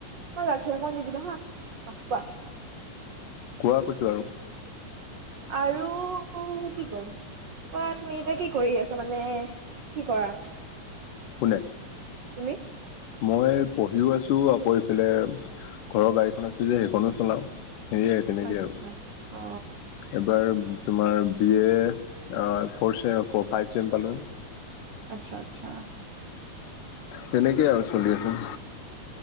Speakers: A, on the right; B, on the left.
A: গাখীৰ অকন দি দিব হা কোৱা
B: কোৱা কৈছোঁ আৰু
A: আৰু কি ক'ম, কোৱা তুমি এতিয়া কি কৰি আছা মানে? কি কৰা?
B: কোনে?
A: তুমি?
B: মই পঢ়িও আছো আকৌ এইফালে, ঘৰৰ গাড়ীখন আছে যে সেইখনো চলাও সেয়াই তেনেকেই,
A: আচ্ছা অ
B: এবাৰ তোমাৰ বি এ ফ'ৰ চেম, ফ ফাইভ চেম পালোঁ।
A: আচ্ছা আচ্ছা
B: তেনেকেই আৰু চলি আছে।